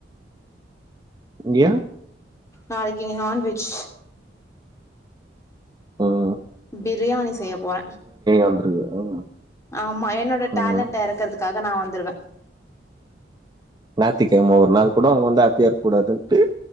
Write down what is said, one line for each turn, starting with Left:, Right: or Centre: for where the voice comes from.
Right: ஏ
Left: நாளக்கி நான்வெஜ்
Right: ஓஹ்
Left: பிரியாணி செய்ய போறே
Right: வந்துருவ ம்
Left: ஆமா என்னோட
Right: ம்
Left: டேலண்ட்ட எறக்குறதுக்காக நா வந்துருவே
Right: நாத்திக்கெழம ஒரு நாள் கூட அவுங்க வந்து ஹாப்பியா இருக்கூடாதுன்ட்டு